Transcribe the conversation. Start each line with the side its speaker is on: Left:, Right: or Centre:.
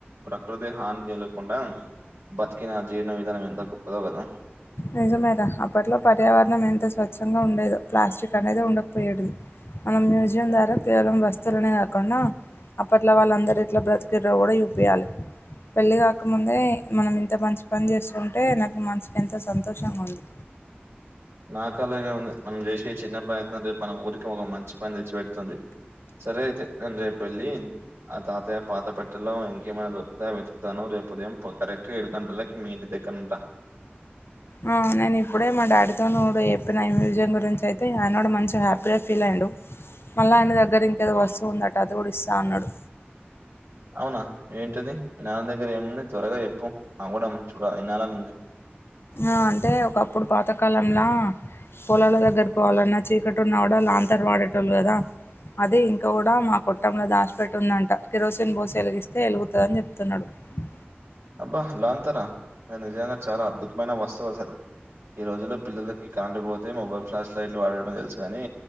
Right: ప్రకృతి హానికలగకుండా బతికినా జీవన విధానం ఎంత గొప్పదో కదా.
Left: నిజమేగా అప్పట్లో పర్యావరణం ఎంత స్వచ్ఛంగా ఉండేదో ప్లాస్టిక్ అనేది ఉండకపోయేడిది. మనం మ్యూజియం ద్వారా కేవలం వస్తువులనే కాకుండా అప్పట్లా వాళ్ళందరు ఇట్లా బ్రతికిరో కూడా చూప్పియాలి పెళ్లి కాకముందే మనం ఇంత మంచి పని చేస్తు ఉంటే నాకు మంచి ఎంతో సంతోషంగా ఉంది.
Right: నాకు అలాగే ఉంది మనం చేసే చిన్న ప్రయత్నంటే మన ఊరికి ఒక మంచి పని తెచ్చిపెడుతుంది. సరే అయితే నేను రేపు వెళ్ళి ఆ తాతయ్య పాత పెట్టలో ఇంకేమైనా దొరుకుతాయో వెతుకుతాను రేపు ఉదయం కరక్ట్ ఎడు గంటలకి మీ ఇంటి దగ్గరా ఉంటా
Left: ఆ నేను ఇప్పుడే మా డాడీతో చెప్పిన ఈ మ్యూజియం గురించి అయితే ఆయన కూడా మంచిగా హ్యాపీగా ఫీల్ అయ్యిండు. మళ్ళీ ఆయన దగ్గర ఇంకేదో వస్తువు ఉందట అది కూడా ఇస్తా అన్నడు.
Right: అవునా ఏంటది నాన్న దగ్గర ఏముంది త్వరగా చెప్పు నా కూడా చూడాలి. వినాలనుంది.
Left: ఆ అంటే ఒకప్పుడు పాతకాలంల పొలాల దగ్గర పోవాలన్నా చీకటి ఉన్నా అ లాంతర్ వాడేటోళ్లు కదా అది ఇంక కూడా మా కుట్టంలో దాచిపెట్టి ఉందంట కిరోసిన్ బోసి వెలిగిస్తే ఎలుగుతుందని చెప్తున్నాడు ఉ
Right: అబ్బా లాంతారా అ నిజంగా చాలా అద్భుతమైన వస్తువు అసలు ఈ రోజులో పిల్లలకి కరెంట్ పోతే మొబైల్ ఫ్లాష్ లైట్లు వాడడమే తెలుసుగాని